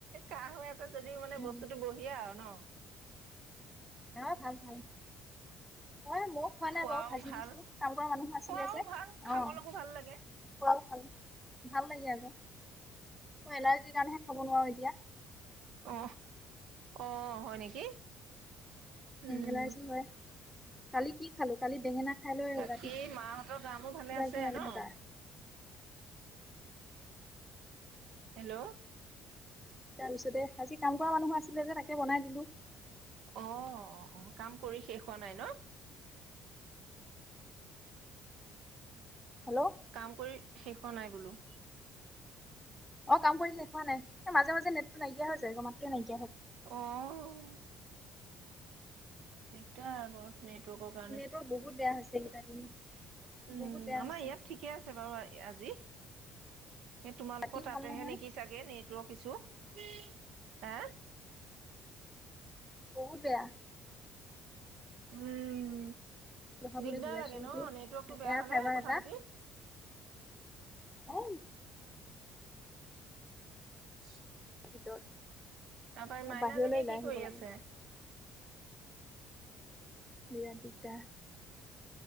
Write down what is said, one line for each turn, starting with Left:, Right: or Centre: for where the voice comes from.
Right: কাহ হৈ আছে। যদি মানে
Centre: উম
Right: বস্তুটো বঢ়িয়া আৰু ন?
Centre: অ' ভাল, ভাল। হয় ময়ো খোৱা
Right: খোৱাও
Centre: নাই বাৰু। ভাজি
Right: ভাল
Centre: দিছিলোঁ, কাম কৰা মানুহ আছিলে
Right: খোৱাও
Centre: যে।
Right: ভাল খাবলৈকো
Centre: অ'
Right: ভাল লাগে
Centre: খোৱা ভাল। ভাল লাগে আকৌ। মই এলাৰ্জিৰ কাৰণেহে খাব নোৱাৰো এতিয়া
Right: অ'। অ' হয় নেকি? উম।
Centre: এলাৰ্জি হয় কালি কি খালো, কালি বেঙেনা। খাই লৈ
Right: বাকী
Centre: ৰাতিপুৱা
Right: মাহঁতৰ গা-মূৰ ভালে আছে
Centre: একদম এলাহ
Right: ন?
Centre: গা
Right: হেল্ল'।
Centre: তাৰপিছতে, আজি কাম কৰা মানুহ আছিলে যে তাকে বনাই দিলো।
Right: অ', অ' কাম কৰি শেষ হোৱা নাই ন?
Centre: হেল্ল'।
Right: কাম কৰি শেষ হোৱা নাই বোলো।
Centre: অ' কাম কৰি শেষ হোৱা নাই। মাজে- মাজে নেটটো নাইকিয়া হৈ যায়, মাতটোৱেই নাই
Right: অ'।
Centre: <unintelligible>
Right: একটা আগৰ। নেটৱৰ্কৰ কাৰণে।
Centre: নেটৰ
Right: উম,
Centre: বহুত বেয়া হৈছে এইকেইটা দিন বহুত বেয়া
Right: আমাৰ
Centre: হৈছে
Right: ইয়াত ঠিকে আছে বাৰু আজি। এই তোমালোকৰ
Centre: ৰাতিও
Right: তাতেহে
Centre: ভাল নহয়
Right: নেকি চাগে, নেটৱৰ্ক ইছু। হা
Centre: বহুত বেয়া।
Right: উম।
Centre: বহাবলৈ
Right: দিগদাৰ
Centre: দি আছো
Right: লাগে ন?
Centre: এইটো
Right: নেটৱৰ্কতটো বেয়া
Centre: এয়াৰ
Right: হ'লে
Centre: ফাইবাৰ
Right: কথা
Centre: এটা
Right: পাতি। <inaudible>
Centre: এ
Right: <unintelligible>
Centre: <unintelligible>
Right: তাৰপা এই মাইনাজনীয়ে
Centre: বাহিৰলৈ ওলাই
Right: কি
Centre: আহিব
Right: কৰি
Centre: লাগে
Right: আছে?
Centre: বিৰাট দিগদাৰ।